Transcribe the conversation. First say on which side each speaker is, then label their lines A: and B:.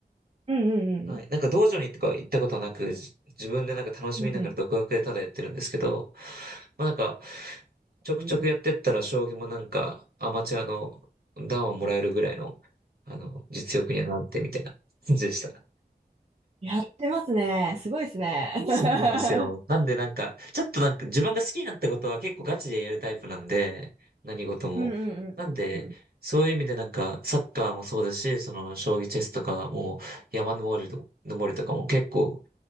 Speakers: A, on the right; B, on the right.
A: うんうん
B: はい、なんか道場にとか行ったことはなく、じ自分でなんか楽しみながら独学でただやってるんですけど、
A: うんうん。うんう
B: まあなんか、ちょくちょくやってったら将棋もなんかアマチュアの段をもらえるぐらいの、
A: ん。へー
B: あの、実力にはなってみたいな感じでした。
A: やってますね。すごいですね。<laughs>
B: そうなんですよ。なんでなんか、ちょっとなんか自分が好きになったことは結構ガチでやるタイプなんで、何事も。
A: うんうんうんうん
B: なんで、そういう意味でなんか、サッカーもそうですし、その、将棋チェスとかも、山登りと、登りとかも結構、